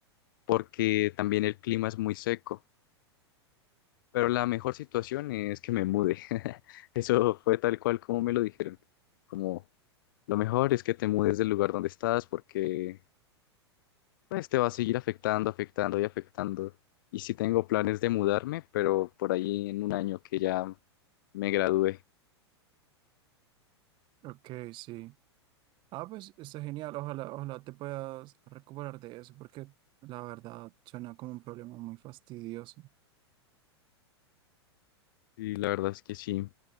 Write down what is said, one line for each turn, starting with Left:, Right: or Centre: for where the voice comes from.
Left: porque también el clima es muy seco. Pero la mejor situación es que me mude. <laughs> Eso fue tal cual como me lo dijeron. Como lo mejor es que te mudes del lugar donde estás porque pues te va a seguir afectando, afectando y afectando. Y sí tengo planes de mudarme, pero por ahí en un año que ya me gradué.
Right: ok, sí. Ah, pues está genial. Ojalá, ojalá te puedas recuperar de eso, porque la verdad suena como un problema muy fastidioso.
Left: Y la verdad es que sí.